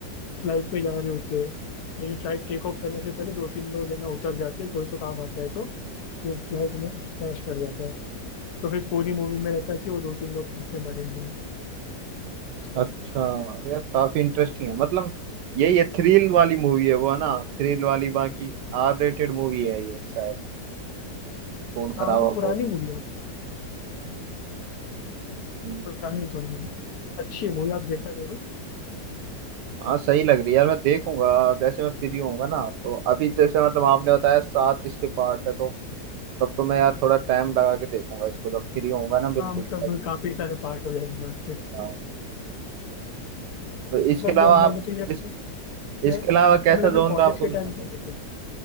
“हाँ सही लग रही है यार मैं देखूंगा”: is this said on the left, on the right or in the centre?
Right